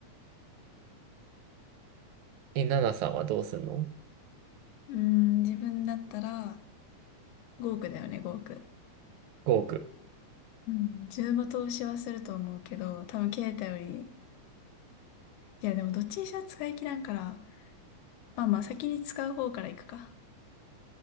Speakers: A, on the right; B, on the left.
A: え、ナナさんはどうすんの
B: <laughs> うーん、自分だったら、5億だよね、5億。
A: ?5 億。
B: うん、自分も投資はすると思うけど、多分携帯より、いやでもどっちにしろ使い切らんから、まあまあ先に使う方から行くか。